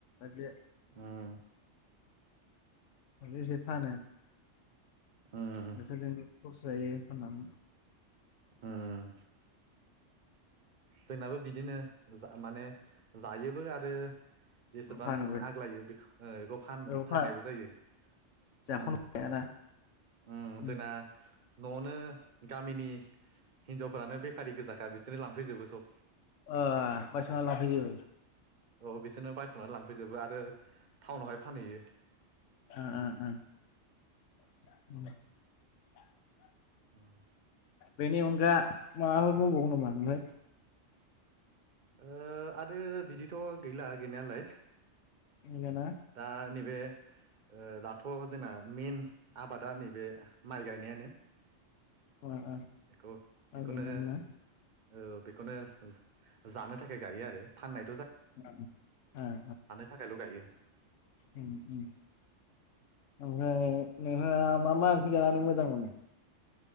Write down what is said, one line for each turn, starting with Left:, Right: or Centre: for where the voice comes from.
Left: एसे
Right: उम
Left: एसे फानो।
Right: उम
Left: नोंसोरजोंबो खरस जायो फाननानै।
Right: ओम। जोंनाबो बिदिनो जा माने जायोबो आरो जेसेबां
Left: फानोबो
Right: आग्लायो बे बेखौ फाननायबो
Left: औ फा
Right: जायोओम
Left: जाख'नो हायाना
Right: ओम
Left: औ
Right: जोंना न'आवनो गामिनि हिनजावफ्रानो बेफारि गोजाखा बिसोरो लांफैजोबो।
Left: ओ बायस'ना लांफैयो।
Right: औ बिसोरनो बायस'नानै लांफैजोबो आरो टाउनावहाय फानहैयो।
Left: ओ ओ ओ। <unintelligible>
Right: ओम।
Left: बेनि अनगा माबाफोर मावबावो नामा ओमफ्राय?
Right: ओ आरो बिदिथ' गैला गैनायालाय।
Left: गैलाना
Right: दा नैबे ओ दाथ' जोंना मेन आबादा नैबे माइ गायनायानो।
Left: ओ ओ
Right: एखौ
Left: दा
Right: एखौनो
Left: गैलानो
Right: औ
Left: ना
Right: बेखौनो जानो <unintelligible> गायो आरो फाननाय
Left: <unintelligible> ओ ओ ओम
Right: थाखायल' गायो
Left: ओम ओम। ओमफ्राय नोंहा मा मा ओंख्रि जानानै मोजां मोनो?